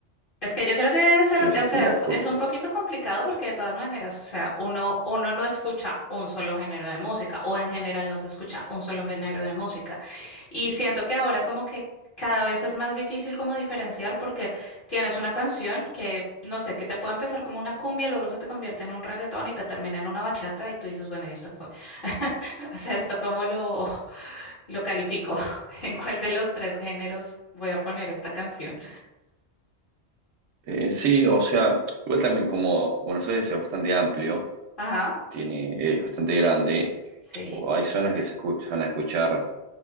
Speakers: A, on the left; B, on the right.
A: Es que yo creo que debe ser,
B: yo qué sé,
A: o
B: distintas
A: sea, es,
B: culpas.
A: es un poquito complicado porque de todas maneras, o sea, uno, uno no escucha un solo género de música o en general no se escucha un solo género de música. Y siento que ahora como que cada vez es más difícil como diferenciar porque tienes una canción que, no sé, que te puede empezar como una cumbia, luego se te convierte en un reggaetón y te termina en una bachata y tú dices, bueno, ¿y esto qué fue? <laughs> O sea, ¿esto cómo lo, lo califico? <laughs> ¿En cuál de los tres géneros voy a poner esta canción?
B: Eh, sí, o sea, igual también como Buenos Aires es bastante amplio,
A: Ajá,
B: tiene, es bastante grande.
A: sí.
B: o hay zonas que se escuchan a escuchar